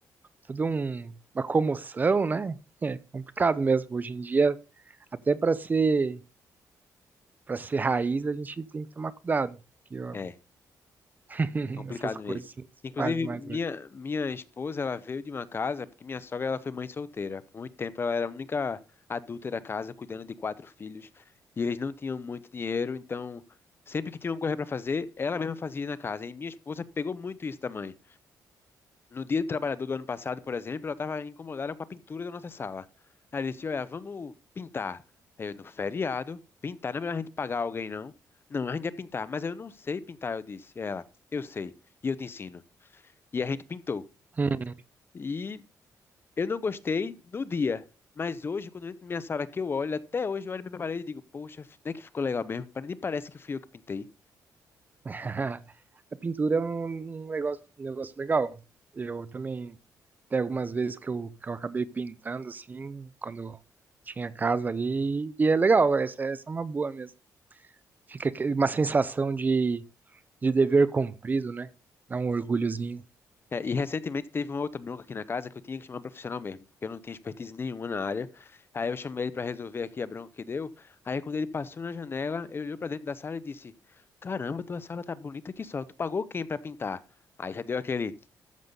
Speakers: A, on the right; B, on the left.
A: todo um, uma comoção, né? É complicado mesmo hoje em dia, até para ser, para ser raiz, a gente tem que tomar cuidado, porque ó,
B: É.
A: <laughs>
B: É complicado
A: essas coisas
B: mesmo.
A: assim, se
B: Inclusive,
A: faz mais
B: minha,
A: hoje.
B: minha esposa, ela veio de uma casa, porque minha sogra, ela foi mãe solteira. Por muito tempo, ela era a única adulta da casa, cuidando de quatro filhos. E eles não tinham muito dinheiro, então, sempre que tinham coisa para fazer, ela mesma fazia na casa. E minha esposa pegou muito isso da mãe. No Dia do Trabalhador do ano passado, por exemplo, ela estava incomodada com a pintura da nossa sala. Aí ela disse: Olha, vamos pintar. Aí eu, no feriado, pintar, não é melhor a gente pagar alguém, não. Não, a gente vai pintar, mas eu não sei pintar, eu disse. Ela, eu sei, e eu te ensino. E a gente pintou.
A: Hum.
B: E eu não gostei no dia, mas hoje, quando eu entro na minha sala que eu olho, até hoje eu olho na minha parede e digo: Poxa, até que ficou legal mesmo, nem parece que fui eu que pintei.
A: <laughs> A pintura é um um negócio, um negócio legal. Eu também Tem algumas vezes que eu, que eu acabei pintando, assim, quando tinha casa ali. E é legal, essa, essa é uma boa mesmo. Fica aquele- uma sensação de, de dever cumprido, né? Dá um orgulhozinho.
B: É, e recentemente teve uma outra bronca aqui na casa que eu tinha que chamar um profissional mesmo, porque eu não tinha expertise nenhuma na área. Aí eu chamei ele para resolver aqui a bronca que deu. Aí quando ele passou na janela, ele olhou para dentro da sala e disse: Caramba, tua sala tá bonita aqui só. Tu pagou quem para pintar? Aí já deu aquele: